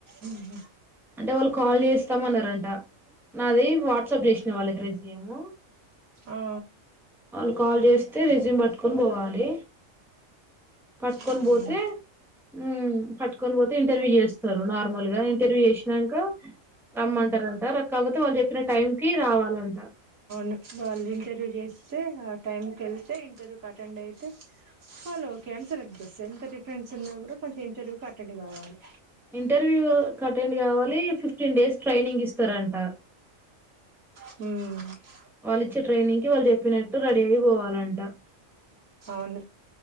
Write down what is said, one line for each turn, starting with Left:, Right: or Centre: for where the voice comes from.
Right: ఉ హుమ్
Centre: అంటే వాల్ కాల్ చేస్తామన్నారంట నాది వాట్సాప్ చేసిన వాళ్ళకి రెజ్యూము
Right: ఆ
Centre: వాళ్ళు కాల్ చేస్తే రిజ్యూమ్ పట్కొని బోవాలి పట్కోన్
Right: అవును
Centre: బోతె ఉమ్ పట్కొన్ పోతే ఇంటర్వ్యూ చేస్తారు నార్మల్ గా ఇంటర్వ్యూ చేష్నంక రమ్మంటరంట రక్ కాపోతే వాళ్ చెప్పిన టైం కి రావాలంట
Right: రక్స్ వాల్ ఇంటర్వ్యూ చేస్తే ఆ టైంకెల్తే ఇంటర్వ్యూక్ అటెండ్ అయితే వలోక్ క్యాన్సరెక్ట్ చెస్ ఎంత రిఫరెన్స్ ఉన్నా కూడా కొంచెం ఇంటర్వ్యూక్ అటెండ్ గావాలే
Centre: ఇంటర్వ్యూ అటెండ్ కావాలి ఫిఫ్టీన్ డేస్ ట్రైనింగ్ ఇస్తారంట
Right: <unintelligible> ఉ
Centre: వాళ్ళు ఇచ్చే ట్రైనింగ్ కి వాళ్ళు చెప్పినట్టు రెడీ అయిపోవాలంట
Right: వన్